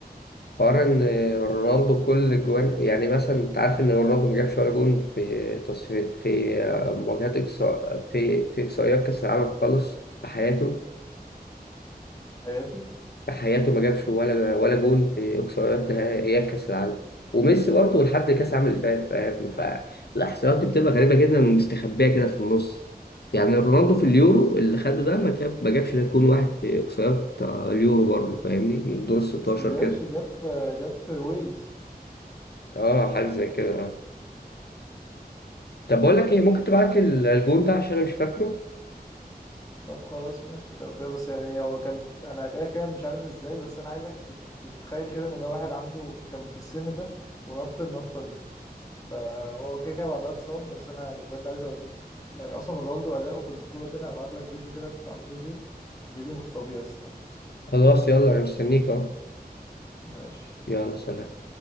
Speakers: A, on the left (about 80°); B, on the left (about 20°).
A: حوار إن رونالدو كل جوان يعني مثلا أنت عارف إن رونالدو ما جابش ولا جون في تصفي في مواجهات إقصاء في في إقصائيات كأس العالم خالص في حياته
B: في حياته
A: في حياته ما جابش ولا ولا جون في اقصائيات نهائيات كاس العالم وميسي برضه لحد كاس العالم اللي فات فاهم فالاحصائيات دي بتبقى غريبه جدا ومستخبيه كده في النص يعني رونالدو
B: مم.
A: في اليورو اللي خده ده ما كاب ما جابش غير جون واحد في اقصائيات آه، اليورو برضه فاهمني من دور ال 16
B: بس جاش
A: كده
B: جاب في جاب في ويلز
A: اه حاجه زي كده آه. طب بقول لك ايه ممكن
B: مش-
A: تبعت لي الجون ده عشان انا مش فاكره
B: طب خلاص ماشي لو كده بس يعني هو كان انا كده كده مش عارف ازاي بس انا عايزك تت- تتخيل كده ان ده واحد عنده كان في السن ده ونط النطة دي فهو كده كده بعدها اتصاب بس انا يعني بجد عايز اوريك يعني اصلا رونالدو اداؤه في البطولة دي انا هبعت لك فيديو كده كنت عامله زيرو فيديو مش طبيعي الصراحة
A: خلاص يلا انا مستنيك اه
B: ماشي
A: يلا سلام